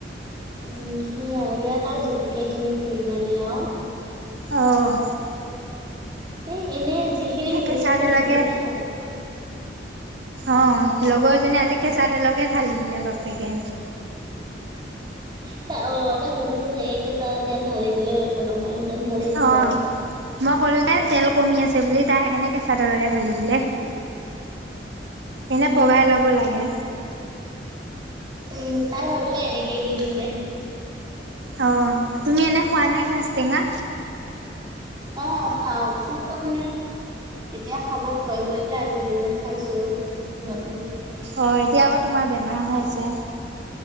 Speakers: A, on the right; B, on the right.
A: উম, আৰু ইয়াত আৰু জলকে কিনি ফুৰিবানে আৰু
B: অহ,
A: এ এনেই যিখিনি হেৰি
B: কেঁচা
A: হৈছে সেইখিনিতে
B: তেলকে
A: খাবা।
B: অ' লগৰজনী আজি কেঁচা তেলকে ঢালি দিলে বাপেকে
A: ত অ' তাই ভাবিচে চাগে কেঁচা তেল ঢালি দিলেও একো নহয়। সেইকাৰণে ঢালি দিছে
B: অ'
A: আৰু।
B: মই কলো দে তেল কমি আছে। চে বুলি তাই সেইকাৰণনে কেঁচা তলকে ঢালি দিলে। এনে
A: উম,
B: পগাই ল'ব লাগে।
A: উম, তাই ভাবিলে এনেকেই দি দিওঁ তে
B: অ' তুমি এনে খোৱা নে ঘাজ টেঙা।
A: অ' খাও ত ম এতিয়া খাব ভয়-ভয়কে আজিৰ দিনত খাইছো অলপমান।
B: অ' এতিয়া আকৌ তোমাৰ বেমাৰ হৈ আছে।